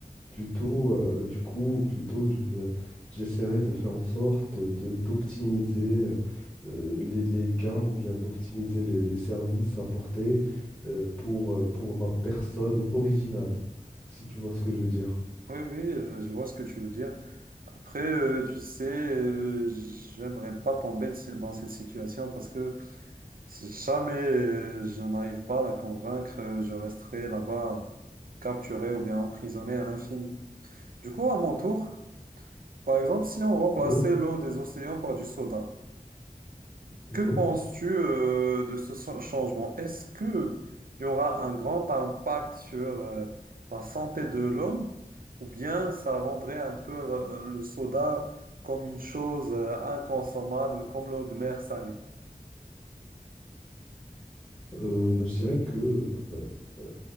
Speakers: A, on the left (about 30°); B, on the right (about 75°).
A: Plutôt, euh, du coup, plutôt, je vais- j'essaierai de faire en sorte de d'optimiser euh, les, les gains ou bien d'optimiser les, les services apportés euh, pour, euh, pour ma personne originale, si tu vois ce que je veux dire.
B: Oui, oui, euh, je vois ce que tu veux dire. Après, euh, tu sais, euh, j'aimerais pas tomber de si- dans cette situation parce que si jamais euh, je n'arrive pas à la convaincre, euh, je resterai là-bas capturé ou bien emprisonné à l'infini. Du coup, à mon tour, par exemple, si on remplaçait
A: Ok.
B: l'eau des océans par du soda.
A: Mhm.
B: Que penses-tu euh, de ce so- changement? Est-ce que il y aura un grand impact sur euh, la santé de l'homme ou bien ça rendrait un peu euh, le, soda comme une chose euh, inconsommable, comme l'eau de mer salée?
A: Euh, bah, je dirais que euh, euh,